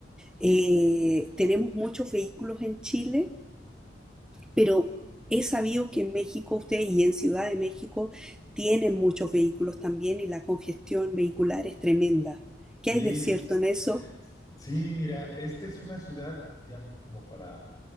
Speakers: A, in the centre; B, on the left.
A: Eh, tenemos muchos vehículos en Chile, pero he sabido que en México ustedes y en Ciudad de México tienen muchos vehículos también y la congestión vehicular es tremenda. ¿Qué
B: Sí,
A: hay de cierto
B: s-
A: en eso?
B: sí, mira, esta es una ciudad, ya como para